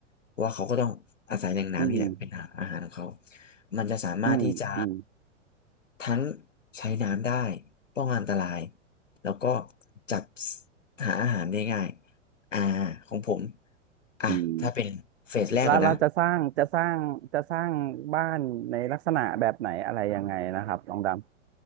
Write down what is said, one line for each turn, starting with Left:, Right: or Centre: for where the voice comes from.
Left: เพราะว่าเขาก็ต้องอาศัยแหล่งน้ำนี่แหละเป็นอาหารของเขา
Right: อืม
Left: มันจะสามารถที่จะ
Right: อืมอืม
Left: ทั้งใช้น้ำได้ป้องกันอันตรายแล้วก็จับหาอาหารได้ง่ายอ่าของผมอ่ะถ้าเป็นเฟสแรกก่อนนะ
Right: อืมแล้วเราจะสร้างจะสร้างจะสร้างบ้านในลักษณะแบบไหนอะไรยังไงนะครับลองด